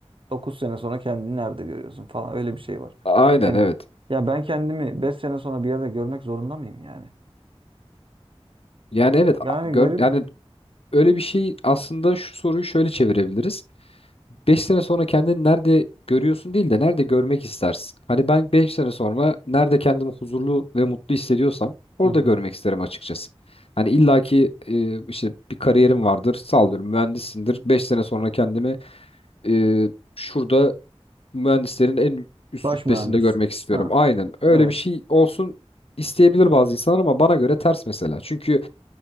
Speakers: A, on the right; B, on the left.
A: 9 sene sonra kendini nerede görüyorsun falan öyle bir şey var.
B: Aynen
A: Yani
B: evet.
A: ya ben kendimi 5 sene sonra bir yerde görmek zorunda mıyım yani?
B: Yani evet
A: Yani
B: a- gör,
A: garip.
B: yani öyle bir şey aslında şu soruyu şöyle çevirebiliriz. 5 sene sonra kendini nerede görüyorsun değil de nerede görmek istersin? Hani ben 5 sene sonra nerede kendimi huzurlu ve mutlu hissediyorsam orada
A: Hı hı.
B: görmek isterim açıkçası. Hani illaki e, işte bir kariyerim vardır, sallıyorum mühendissindir. 5 sene sonra kendimi e, şurada mühendislerin en üst
A: Baş
B: rütbesinde
A: mühendis.
B: görmek istiyorum.
A: Ha,
B: Aynen öyle
A: evet.
B: bir şey olsun isteyebilir bazı insanlar ama bana göre ters mesela. Çünkü